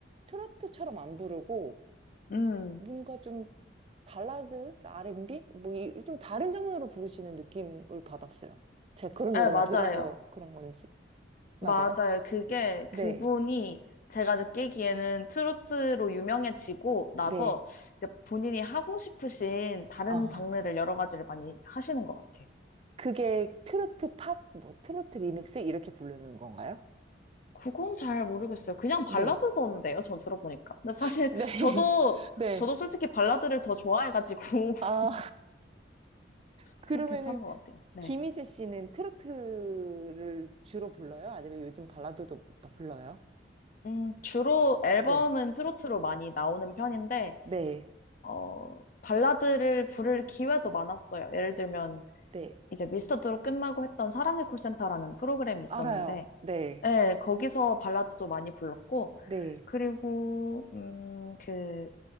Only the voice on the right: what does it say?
트로트처럼 안 부르고
뭔가 좀 발라드, R&B 뭐 이 좀 다른 장르로 부르시는 느낌을 받았어요. 제가 그런
노래만
들어서 그런 건지. 맞아요?
네.
네.
어.
그게 트로트 팝, 뭐 트로트 리믹스 이렇게 부르는 건가요?
네.
<laughs> 네.
네.
아,
그러면은
김희재 씨는 트로트를 주로 불러요? 아니면 요즘 발라드도 불러요?
네.
네.
네.
알아요. 네.
네.